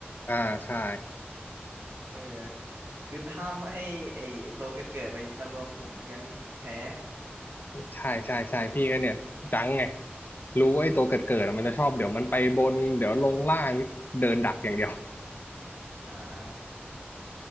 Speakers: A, on the left; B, on the right.
A: อ่าใช่
B: เออคือห้ามให้ไอไอตัวเกิดเกิดมามารวมกลุ่มไม่งั้นแพ้
A: ใช่ใช่ใช่พี่ก็เนี่ยจังไงรู้ว่าไอ้ตัวเกิดเกิดมันจะชอบเดี๋ยวมันไปบนเดี๋ยวลงล่างเดินดักอย่างเดียว
B: อ่า